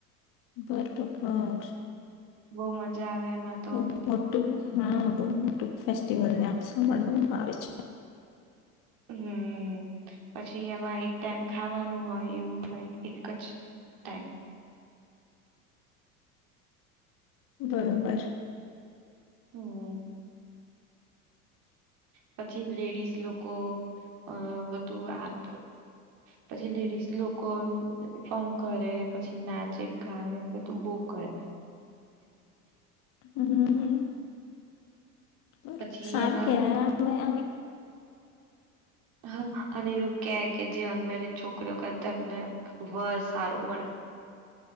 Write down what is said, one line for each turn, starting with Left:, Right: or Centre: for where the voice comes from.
Left: બરોબર
Right: બહુ મજા આવે એમાં તો
Left: બહુ
Right: અમને
Left: મોટું હા બહુ મોટું ફેસ પ્ટિવલ નાં સંભળવામા આવે છે.
Right: હમ્મ પછી એમાં એક ટાઈમ ખાવાનું હોય એવું હોય એક જ ટાઈમ.
Left: બરોબર.
Right: હમ્મ પછી લેડીઝ લોકો અ બધું આપ પછી લેડીઝ લોકો પણ કરે પછી નાચે ગાય બધું બો કરે.
Left: હમ્મ બરોબર
Right: પછી
Left: સારુ
Right: એમાં
Left: કહેવાયે <unintelligible>
Right: હ અને એવું કે કે જે અનમેરિડ છોકરીઓ કરે તેમને વર સારું મળે.